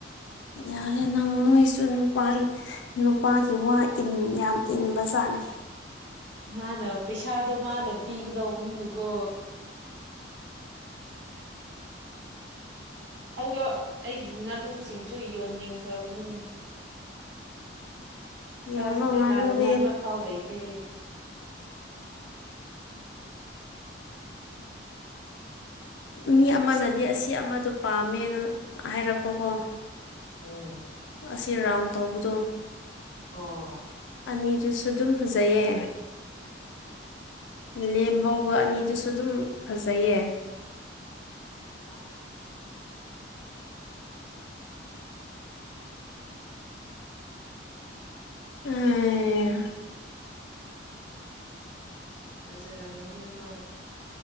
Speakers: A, on the left; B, on the right.
A: ꯌꯥꯔꯦ ꯅꯪ ꯅꯣꯏꯁꯨ ꯅꯨꯄꯥ ꯅꯨꯄꯥꯒꯤ ꯋꯥ ꯌꯥꯝ ꯏꯟꯕꯁꯥ ꯅꯤ
B: ꯃꯥꯅ ꯄꯩꯁꯥꯗꯣ ꯃꯥꯅ ꯄꯤꯒꯗꯧꯕꯅꯤꯅꯀꯣ
A: <inaudible> <unintelligible>
B: ꯑꯩꯗꯣ ꯑꯩꯒꯤ ꯉꯥꯅꯨꯁꯤꯡꯁꯨ ꯌꯣꯟꯅꯤꯡꯈ꯭ꯔꯕꯅꯤꯅꯦ
A: ꯌꯦꯡꯉꯣꯅ
B: ꯀꯥꯁꯤꯗꯤꯦ
A: ꯉꯥꯅꯨꯗꯤ
B: ꯅꯥꯥꯅꯤꯡꯉꯥꯏ ꯑꯃ ꯐꯥꯎ ꯂꯩꯇꯦ
A: ꯃꯤ ꯑꯃꯅꯗꯤ ꯑꯁꯤ ꯑꯃꯗꯣ ꯄꯥꯝꯃꯦꯅ ꯍꯥꯏꯔꯛꯄꯣꯀꯣ
B: ꯎꯝ
A: ꯑꯁꯤ ꯔꯥꯎꯟ ꯇꯧꯕꯗꯣ
B: ꯑ
A: ꯑꯅꯤꯗꯨꯁꯨ ꯑꯗꯨꯝ ꯐꯖꯩꯌꯦ ꯂꯦꯝꯐꯧꯕ ꯑꯅꯤꯗꯨꯁꯨ ꯑꯗꯨꯝ ꯐꯖꯩꯌꯦ
B: ꯑ ꯑ
A: ꯎꯝ
B: ꯔꯖꯔꯔꯝꯒꯅꯤ ꯍ